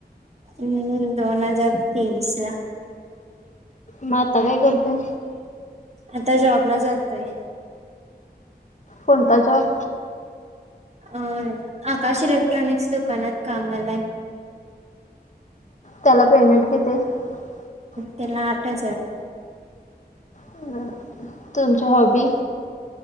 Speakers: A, on the right; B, on the left.
A: हम्म दोन हजार तेवीस ला.
B: म आता काय करतोय?
A: आता जॉबला जातोय
B: कोणता जॉब?
A: अय आकाश इलेक्ट्रॉनिक्स दुकानात कामला आहे.
B: त्याला पेमेंट कितीे आहे?
A: त्याला आठ हजार
B: आं तुमच्या हॉबी